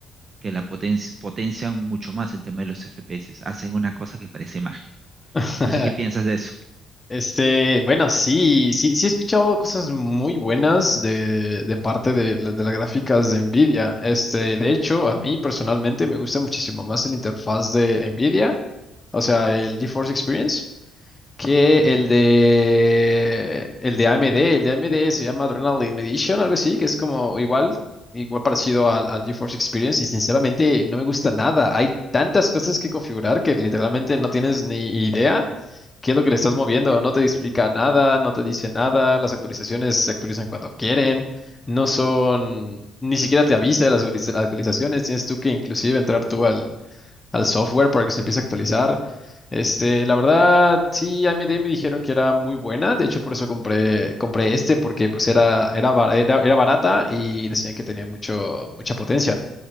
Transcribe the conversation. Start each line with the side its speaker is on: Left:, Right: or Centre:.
Right: que la potencia potencian mucho más el tema de los FPS. Hacen una cosa que parece magia.
Left: <laughs>
Right: No sé qué piensas de eso.
Left: Este, bueno, sí, sí, sí he escuchado cosas muy buenas de, de parte de, la- de las gráficas de Nvidia. Este, de hecho, a mí personalmente me gusta muchísimo más la interfaz de Nvidia, o sea, el GeForce Experience. que el de el de AMD, el de AMD se llama Adrenaline Edition, algo así, que es como igual, igual parecido al, al GeForce Experience y sinceramente no me gusta nada. Hay tantas cosas que configurar que literalmente no tienes ni idea qué es lo que le estás moviendo, no te explica nada, no te dice nada, las actualizaciones se actualizan cuando quieren. No son, ni siquiera te avisa de las actualiz- actualizaciones, tienes tú que inclusive entrar tú al, al software para que se empiece a actualizar. Este, la verdad, sí, AMD me dijeron que era muy buena, de hecho por eso compré, compré este, porque pues era, era, bara- era, era barata y decían que tenía mucho, mucha potencia.